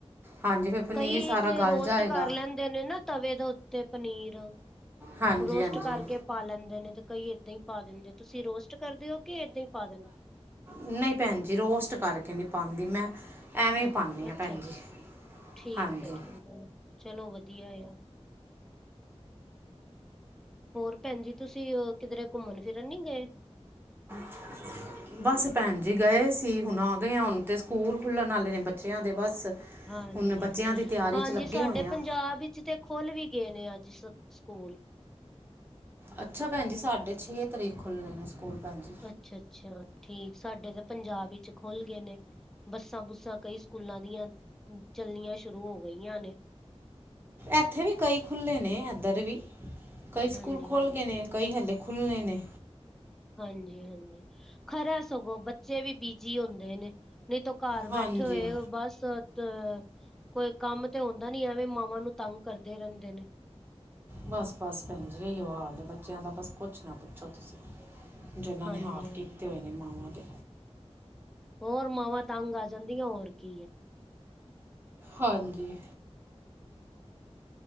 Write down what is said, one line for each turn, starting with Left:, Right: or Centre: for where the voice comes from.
Right: ਹਾਂਜੀ ਫਿਰ ਪਨੀਰ
Centre: ਕਈ
Right: ਸਾਰਾ
Centre: ਤੇ
Right: ਗਲ
Centre: ਰੋਸਟ
Right: ਜਾਏਗਾ
Centre: ਕਰ ਲੈਂਣ ਦੇ ਨੇ ਨਾ ਤਵੇ ਦੇ ਉੱਤੇ ਪਨੀਰ,
Right: ਹਾਂਜੀ
Centre: ਰੋਸਟ
Right: ਹਾਂਜੀ
Centre: ਕਰਕੇ ਪਾ ਲੈਂਦੇ ਨੇ ਤੇ ਕਈ ਏਦਾਂ ਹੀ ਪਾ ਦਿੰਦੇ। ਤੁਸੀਂ ਰੋਸਟ ਕਰਦੇ ਹੋ ਕਿ ਏਦਾਂ ਈ ਪਾ ਦਿੰਦੇ?
Right: ਨਈ ਭੈਣ ਜੀ ਰੋਸਟ ਕਰਕੇ ਨਈ ਪਾਦੀ ਮੈਂ ਐਵੇਂ ਹੀ
Centre: ਅ
Right: ਪਾਉਂਦੀ
Centre: ਅੱਛਾ-ਅੱਛਾ
Right: ਹਾਂ ਭੈਣ ਜੀ
Centre: ਠੀਕ
Right: ਹਾਂਜੀ
Centre: ਐ ਠੀਕ ਅ ਚਲੋ ਵਧੀਆ ਐ, ਹੋਰ ਭੈਣ ਜੀ? ਤੁਸੀਂ ਓ ਕਿਧਰੇ ਘੁੰਮਣ ਫਿਰਨ ਨੀ ਗੇ?
Right: <inaudible> ਬਸ ਭੈਣ ਜੀ ਗਏ ਸੀ ਹੁਣ ਆ ਗਇਆ ਹੁਣ ਤੇ ਸਕੂਲ ਖੁੱਲਣ ਵਾਲੇ ਨੇ ਬੱਚਿਆਂ ਦੇ ਬਸ
Centre: ਹਾਂਜੀ
Right: ਹੁਣ ਬੱਚਿਆਂ
Centre: ਹਾਂਜੀ,
Right: ਦੀ ਤਿਆਰੀ
Centre: ਹਾਂਜੀ
Right: 'ਚ ਲੱਗੇ
Centre: ਸਾਡੇ
Right: ਹੋਏ ਆ
Centre: ਪੰਜਾਬ ਵਿੱਚ ਤੇ ਖੁਲ ਵੀ ਗਏ ਨੇ ਅੱਜ ਸ-ਸਕੂਲ।
Right: ਅੱਛਾ ਭੈਣ ਜੀ ਸਾਡੇ ਛੇ ਤਰੀਕ ਖੁੱਲ੍ਹਣੇ ਨੇ ਸਕੂਲ ਭੈਣ ਜੀ।
Centre: ਅੱਛਾ-ਅੱਛਾ ਠੀਕ ਸਾਡੇ ਤਾਂ ਪੰਜਾਬ ਵਿੱਚ ਖੁੱਲ ਗੇ ਨੇ। ਬੱਸਾਂ ਬੁੱਸਾਂ ਕਈ ਸਕੂਲਾਂ ਦੀਆਂ ਚੱਲਣੀਆਂ ਸ਼ੁਰੂ ਹੋ ਗਈਆਂ ਨੇ।
Right: ਐਥੇ ਵੀ ਕਈ ਖੁੱਲੇ ਨੇ ਐਧਰ ਵੀ ਕਈ
Centre: ਹਾਂਜੀ
Right: ਸਕੂਲ ਖੁੱਲ
Centre: ਹਾਂਜੀ
Right: ਗੇ ਨੇ ਕਈ ਹਲੇ ਖੁੱਲਣੇ ਨੇ।
Centre: ਹਾਂਜੀ-ਹਾਂਜੀ ਖਰਾ ਸਗੋਂ ਬੱਚੇ ਵੀ ਬਿਜੀ ਹੁੰਦੇ ਨੇ ਨਈ ਤੋਂ ਘਰ ਬੈਠੇ
Right: ਹਾਂਜੀ
Centre: ਹੋਏ ਬਸ ਤ ਕੋਈ ਕੰਮ ਤੇ ਹੁੰਦਾ ਨੀ ਆਵੇ ਮਾਵਾਂ ਨੂੰ ਤੰਗ ਕਰਦੇ ਰੈਂਦੇ ਨੇ।
Right: ਬਸ-ਬਸ ਭੈਣ ਜੀ ਏਈਓ ਹਾਲ ਏ ਬੱਚਿਆਂ ਦਾ ਬਸ ਕੁਛ ਨਾ ਪੁੱਛੋ ਤੁਸੀਂ। ਜੋ ਇਨਾਂ
Centre: ਹਾਂਜੀ
Right: ਨੇ ਹਾਲ
Centre: ਹਾਂਜੀ
Right: ਕੀਤੇ ਹੋਏ ਨੇ ਮਾਵਾਂ ਦੇ।
Centre: ਹੋਰ ਮਾਵਾਂ ਤੰਗ ਆ ਜਾਂਦੀਆਂ ਹੋਰ ਕੀ ਐ।
Right: ਹਾਂਜੀ।